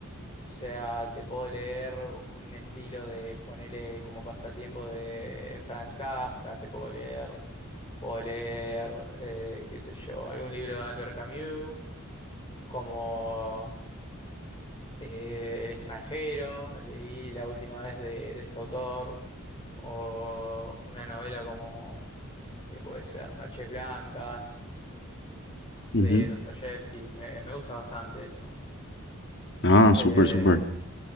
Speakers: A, on the left; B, on the left.
A: O sea, te puedo leer un estilo de, ponele como pasatiempo de Franz Kafka, te puedo leer, puedo leer, eh, qué sé yo, algún libro de Albert Camus, como eh, El extranjero, leí la última vez de, de este autor, o una novela como, que puede ser Noches Blancas,
B: Ujú.
A: de Dostoyevsky, me, me gusta bastante eso.
B: Ah,
A: Eh,
B: súper, súper.